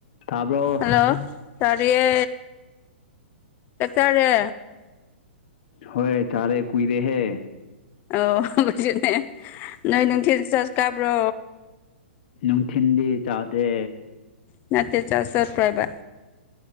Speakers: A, on the left (about 55°); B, on the left (about 30°).
A: ꯇꯥꯕ꯭ꯔꯣ
B: ꯍꯜꯂꯣ ꯆꯠ ꯆꯥꯔꯤꯌꯦ ꯆꯠ ꯆꯔꯦ
A: ꯍꯣꯏ ꯆꯥꯔꯦ ꯀꯨꯏꯔꯦ ꯍꯦ
B: ꯑꯧ ꯍꯪꯣꯏꯁꯦꯅꯦ ꯅꯣꯏ ꯅꯅꯨꯡ ꯇꯦꯟ ꯆꯥꯔꯖ ꯀꯥꯕ꯭ꯔꯣ
A: ꯅꯨꯡꯊꯤꯤꯟꯗꯤ ꯆꯥꯗ꯭ꯔꯦ
B: ꯅꯅꯥꯠꯇ ꯆ ꯁꯠ ꯄ꯭ꯔꯥꯏꯕ